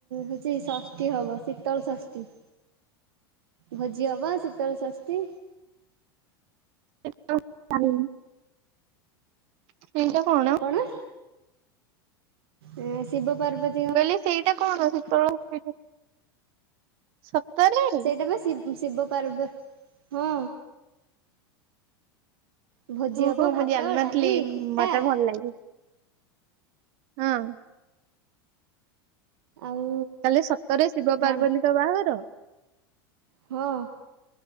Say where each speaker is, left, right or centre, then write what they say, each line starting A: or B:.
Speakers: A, on the right (about 80°); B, on the right (about 55°).
A: ହଉଛି ଷଷ୍ଠୀ ହବ ଶୀତଳ ଷଷ୍ଠୀ। ଭୋଜି ହବ ଶିତଳ ଷଷ୍ଠୀ।
B: <unintelligible> ସେଇଟା କଣ?
A: କଣ? ଆ ଶିବ ପାର୍ବତ
B: ମୁଁ କହିଲି ସେଇଟା କଣ? ଶୀତଳ ଷଷ୍ଠୀ <unintelligible>
A: ସେଇଟା ବା ଶିବ ଶିବ ପାର୍ବ ହଁ। ଭୋଜି
B: ଓହୋ
A: ହବ ଭାତ
B: ମୁଁ ଜାଣିନଥିଲି
A: ଡାଲି ଖଟା
B: ମତେ ଭଲ ଲାଗେ। ହଁ।
A: ଆଉ
B: କାଲି ସତରେ ଶିବ ପାର୍ବତୀଙ୍କ
A: ଘା
B: ବାହାଘର।
A: ହଁ।